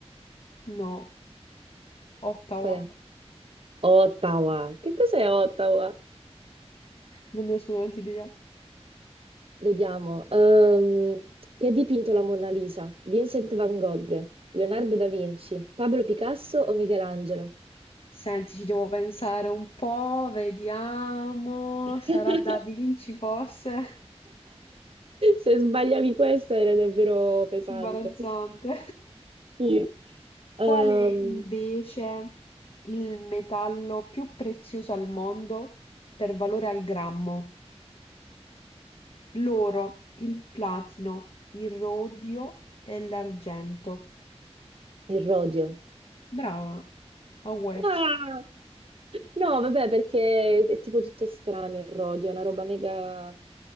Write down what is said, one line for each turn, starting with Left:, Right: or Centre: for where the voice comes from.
Left: No, Ottawa.
Right: qual è? Ottawa. Che cos'è Ottawa?
Left: Non ne ho assolutamente idea.
Right: Vediamo. Ehm, chi ha dipinto la Mona Lisa? Vincent van Gogh, Leonardo da Vinci, Pablo Picasso o Michelangelo?
Left: Senti, ci devo pensare un po', vediamo.
Right: <laughs>
Left: Sarà Da Vinci forse?
Right: Se sbagliavi questa era davvero
Left: <laughs>
Right: pesante.
Left: Imbarazzante.
Right: Sì. Ehm,
Left: Qual è invece il metallo più prezioso al mondo per valore al grammo? L'oro, il platino, il rodio e l'argento.
Right: il rodio.
Left: Brava, a Wecchia.
Right: Ah! No,
Left: <laughs>
Right: vabbè, perché è tipo tutto strano il rodio, è una roba mega...